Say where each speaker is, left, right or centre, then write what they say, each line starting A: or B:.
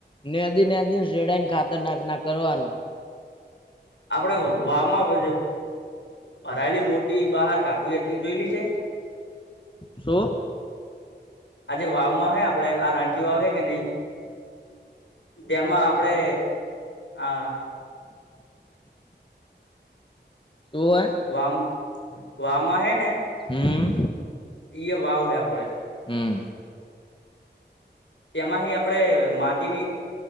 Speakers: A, on the left; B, on the left.
A: નદીનનદિન શ્રેડાઇન ખાતરનાક ના કરવાનું.
B: આપડે વાવામાં હરાયેલી મોટી બહાર કાઢવી હતી જોયેલી છે.
A: શું
B: આજે વાવમાં હ આપડે આ રાણકી વાવ હે કે નહી. તેમાં આપણે આ-
A: શું એ -
B: વામ વામા હૈ ને
A: હમ
B: એ વાવ હૈ આપડે-
A: હમ
B: તેમાંથી આપણેે માટીની-